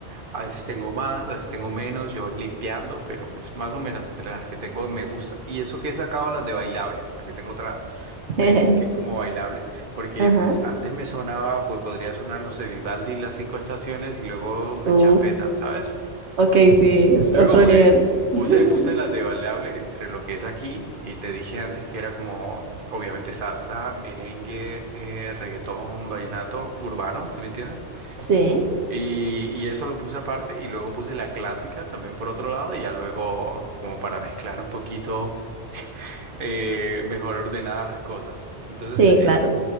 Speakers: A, on the right; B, on the right.
A: A veces tengo más, a veces tengo menos, yo voy limpiando, pero pues más o menos entre las que tengo me gusta. Y eso que he sacado las de bailable, porque tengo otra
B: <laughs>
A: playlist que es como bailable, porque
B: Ajá.
A: pues antes me sonaba, pues podría sonar, no sé, Vivaldi, las cinco estaciones y luego una
B: Uh,
A: champeta, ¿sabes?
B: ok, sí, es
A: Entonces
B: otro
A: como
B: nivel.
A: que
B: <laughs>
A: puse, puse las de bailable entre lo que es aquí, y te dije antes que era como, obviamente, salsa, merengue, eh, reggaetón, vallenato, urbano, ¿sí me entiendes?
B: Sí,
A: Y, y eso lo puse aparte y luego puse la clásica también por otro lado y ya luego como para mezclar un poquito eh, mejor ordenadas las cosas. Entonces,
B: sí,
A: eh,
B: claro.